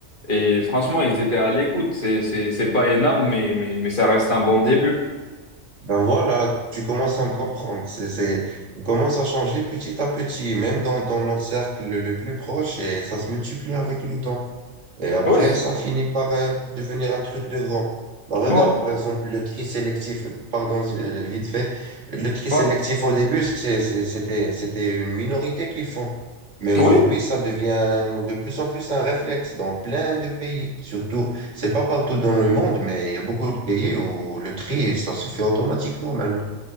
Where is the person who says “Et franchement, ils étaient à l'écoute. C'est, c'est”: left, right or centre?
Left